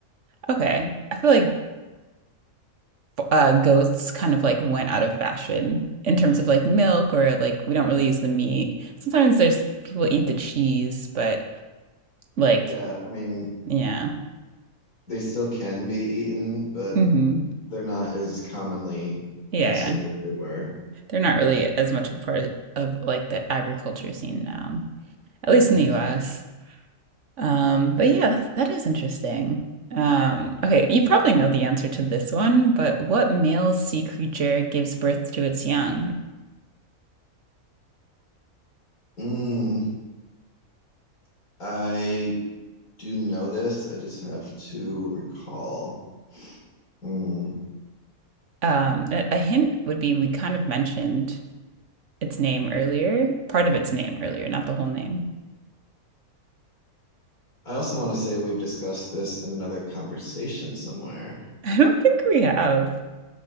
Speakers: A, on the right; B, on the left.
A: okay. I feel like uh, goats kind of like went out of fashion in terms of like milk or like we don't really use the meat. Sometimes there's people eat the cheese, but like
B: Yeah, I mean,
A: yeah,
B: they still can be eaten, but
A: hmm
B: they're not as commonly
A: yeah,
B: consumed
A: yeah.
B: as they were.
A: They're not really as much of a part of, of like the agriculture scene now, at least
B: hmm
A: in the U.S. Um, but yeah, that's that is interesting. Um, okay, you probably know the answer to this one, but what male sea creature gives birth to its young?
B: Mm, I do know this. I just have to recall. Mm.
A: Um, a, a hint would be we kind of mentioned its name earlier, part of its name earlier, not the whole name.
B: I also want to say we've discussed this in another conversation somewhere.
A: <laughs> I don't think we have.